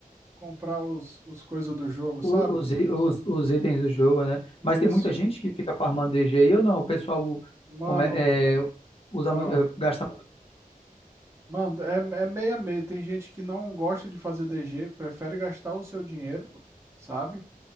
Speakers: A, on the right (about 20°); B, on the left (about 40°).
A: comprar os, os coisas do jogo, sabe?
B: o- os, i- os, os itens do jogo, né?
A: Isso.
B: Mas tem muita gente que fica farmando DG aí ou não? O pessoal
A: Mano,
B: como é, é, usa
A: ah,
B: muito, é, gasta muito,
A: mano, é, é meio a meio. Tem gente que não gosta de fazer DG, prefere gastar o seu dinheiro, sabe?